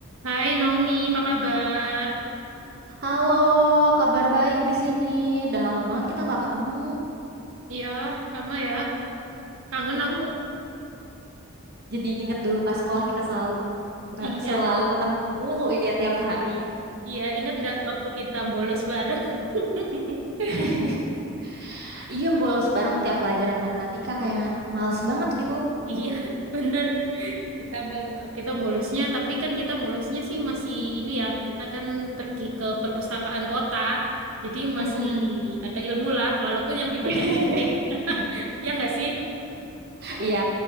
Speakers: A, on the right; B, on the right.
A: Hai Naomi, apa kabar?
B: Halo, kabar baik di sini. Udah lama banget kita nggak ketemu.
A: Iya, lama ya. Kangen
B: Mm-mm.
A: aku.
B: Jadi inget dulu pas sekolah kita selalu ba-
A: Iya,
B: selalu ketemu mulu ya tiap hari.
A: iya. Ingat nggak waktu kita bolos bareng? <laughs>
B: <laughs> Iya, bolos bareng tiap pelajaran matematika kayak males banget gitu.
A: Iya, bener. Kita bal- kita bolosnya, tapi kan kita bolosnya sih masih ini ya. Kita kan pergi ke perpustakaan kota, jadi masih
B: Mm-mm.
A: ada ilmu lah, walaupun yang dibaca
B: <laughs>
A: komik. <laughs> Ya nggak sih?
B: Iya,